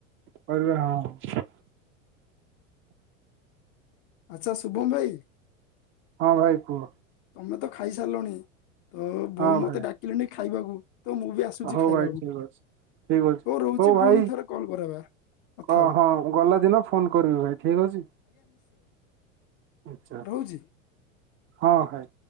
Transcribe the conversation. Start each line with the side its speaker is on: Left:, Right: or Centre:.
Right: କରିବା ଆଉ।
Left: ଆଛା ଶୁଭମ ଭାଇ।
Right: ହଁ ଭାଇ କୁହ?
Left: ତମେ ତ ଖାଇସାରିଲଣି। ତ ବୋଉ
Right: ହଁ
Left: ମତେ
Right: ଭାଇ
Left: ଡାକିଲେଣି ଖା ଖାଇବାକୁ ତ ମୁଁ ବି ଆସୁଛି
Right: ହଉ
Left: ଖାଇବାକୁ
Right: ଭାଇ ଠିକ ଅଛି, ଠିକ ଅଛି
Left: ରହୁଛି
Right: ହଉ ଭାଇ
Left: ପୁଣି ଥରେ କଲ୍ କରାବା କଥା
Right: ହ
Left: ହବା
Right: ହଁ ଗଲା ଦିନ ଫୋନ କରିବି ଭାଇ ଠିକ ଅଛି। ଆଚ୍ଛା
Left: ରହୁଚି।
Right: ହଁ ହାଏ।